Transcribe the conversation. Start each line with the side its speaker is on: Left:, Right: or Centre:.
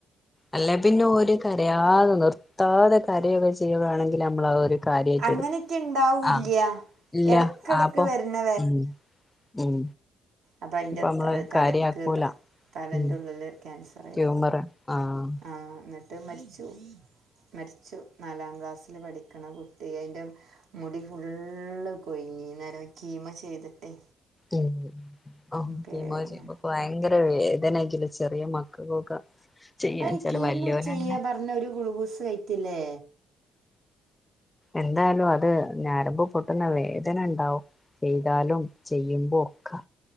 Left: അല്ലെ പിന്നെ ഓര് കരയാതെ നിർത്താതെ കരയൊക്കെ ചെയ്യുകയാണെങ്കില് മ്മള് ആഹ് പർയു കാര്യായിട്ട്
Right: അങ്ങനെയൊക്കെ
Left: എടുക്കും.
Right: ഉണ്ടാവില്ല
Left: ആ ഇല്ല
Right: ഇടക്കിടക്ക്
Left: ആപ്പൊ
Right: വരുന്ന
Left: ഉം ഉം
Right: അപ്പൊ അയിന്റെ
Left: ഇപ്പൊ നമ്മള്
Right: ത തലക്ക്
Left: കാര്യാക്കൂല
Right: തലെന്റെ
Left: ഉം
Right: ഉള്ളിൽ ക്യാൻസറായി
Left: ട്യൂമർ ആഹ്
Right: ആഹ് എന്നിട്ട് മരിച്ചു. മരിച്ചു നാലാം ക്ലാസ്സിൽ പഠിക്കണ കു ട്ട് അയ്ന്റെ മുടി ഫുള്ള് കൊഴിഞ്ഞ് അന്നേരം കീമോ ചെയ്തട്ടെ
Left: ഉം
Right: പേടിയാണ്
Left: കീമോ ചെയ്യുമ്പൊ ഭയങ്കര വേദനയായിരിക്കില്ലെചെറിയ മക്കൾക്കൊക്കെ ചെയ്യാൻ
Right: അയി
Left: വെച്ചാല്
Right: കീമോ
Left: വല്യോലന്നെ
Right: ചെയ്യാ പർഞ്ഞ ഒരു ഗ്ലൂക്കോസ് കേറ്റുല്ലേ
Left: എന്തായാലും അത് ഞരമ്പ് പൊട്ടുന്ന വേദന ഉണ്ടാവും. ചെയ്താലും ചെയ്യുമ്പോ ഒക്കെ